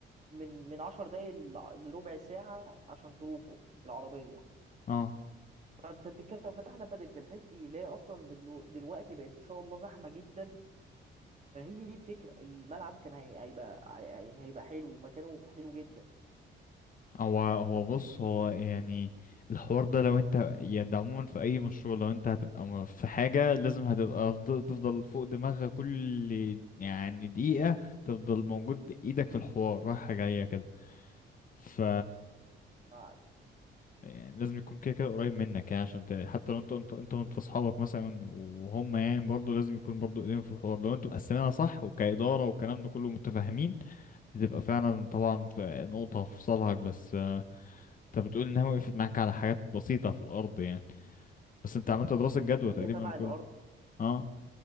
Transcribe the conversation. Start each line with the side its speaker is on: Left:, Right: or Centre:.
Right: من من 10 دقايق لع- لربع ساعه عشان تروحوا بالعربيه
Left: اه
Right: فانت بتتكلم لو فتحنا بادل في الحته دي اللي هي اصلا دلو- دلوقتي بقت ان شاء الله زحمه جدا فهي دي الفكره الملعب كان هي- هيبقى هي- يعني هيبقى حلو ومكانه حلو جدا
Left: هو هو بص هو يعني الحوار ده لو انت يعني ده عموما في اي مشروع لو انت هتبقى م- في حاجة لازم هتبقى تفضل تفضل فوق دماغك كل يعني دقيقة تفضل موجود ايدك في الحوار رايحة جاية كده ف
Right: ما-
Left: يعني لازم يكون كده كده قريب منك يعني عشان ت... حتى لو انت انت انت وانت اصحابك مثلا وهم يعني برضو لازم يكون برضو ايديهم في الحوار لو انتوا مقسمينها صح وكإدارة والكلام ده كله متفاهمين بتبقى فعلا طبعا في نقطة في صالحك بس انت بتقول انها وقفت معاك على حاجات بسيطة في الارض يعني بس انت عملت دراسة جدوى
Right: هي
Left: تقريبا
Right: تبع
Left: كله
Right: الارض
Left: اه